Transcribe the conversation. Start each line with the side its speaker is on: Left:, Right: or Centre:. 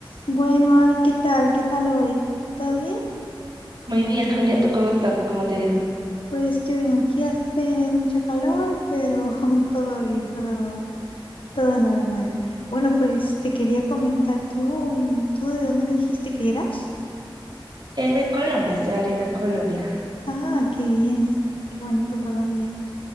Left: Bueno, Abby, ¿qué tal? ¿Qué tal hoy? ¿Todo bien?
Right: Muy bien, Julia, ¿tú cómo estás? ¿Cómo te ha ido?
Left: Pues yo bien, aquí hace mucho calor, pero <laughs> todo bien, todo, todo normal. Bueno, pues te quería comentar, ¿tú, mm, tú de dónde me dijiste que eras?
Right: Es de Colombia, estoy ahorita en Colombia.
Left: Ah, qué bien, qué bonito Colombia.